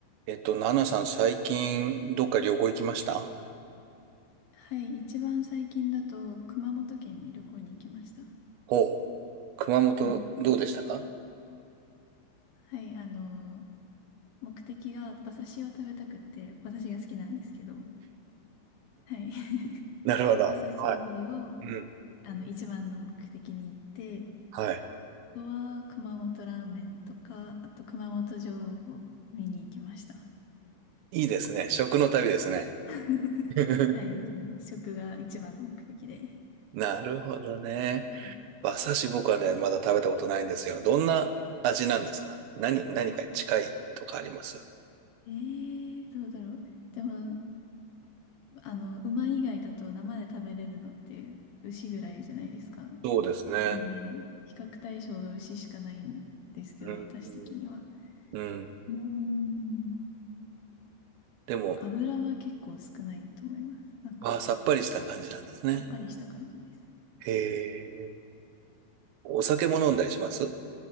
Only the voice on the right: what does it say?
えっと、ナナさん、最近、どっか旅行行きました
ほう。熊本、
どうでしたか
なるほど。
はい。うん。
はい。
いいですね。食の旅ですね。
<laughs>
なるほどね。
馬刺し僕はね、まだ食べたことないんですよ。どんな味なんですか何、何かに近いとかあります
そうですね。
うん。
うん。
でも、
あー、さっぱりした感じなんですね。
へえ。お酒も飲んだりします